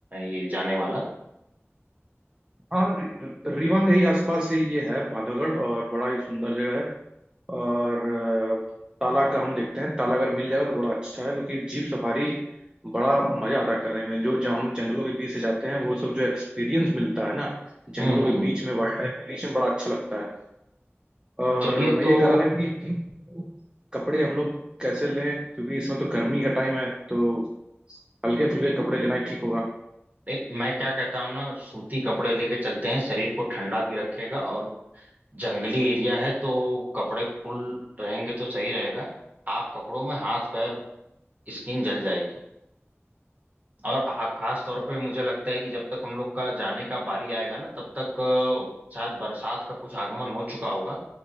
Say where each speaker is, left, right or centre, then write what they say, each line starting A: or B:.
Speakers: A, on the right; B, on the right.
A: ये जाने वाला
B: हाँ रि- रीवा के ही आसपास ही ये है बांधवगढ़ और बड़ा ही सुंदर जगह है और अ, ताला का हम देखते हैं ताला अगर मिल जाएगा तो बड़ा अच्छा है क्योंकि जीप सफारी बड़ा मजा आता है करने में जो जब हम जंगलों के बीच से जाते हैं वो सब जो एक्सपीरियंस मिलता है ना
A: हम्म
B: जंगलों
A: हम्म
B: के बीच में वाइल्ड लाइफ के बीच में बड़ा अच्छा लगता है और
A: चलिए
B: मैं
A: तो
B: ये कह रहा था कि कपड़े हम लोग कैसे लें क्योंकि इसमें तो गर्मी का टाइम है तो हल्के फुल्के कपड़े लेना ही ठीक होगा
A: नहीं मैं क्या कहता हूँ ना सूती कपड़े लेके चलते हैं शरीर को ठंडा भी रखेगा और जंगली एरिया है तो कपड़े फुल रहेंगे तो सही रहेगा हाफ कपड़ों में हाथ पैर स्किन जल जाएगी और हा- खास तौर पे मुझे लगता है कि जब तक हम लोग का जाने का बारी आएगा ना तब तक अ, शायद बरसात का कुछ आगमन हो चुका होगा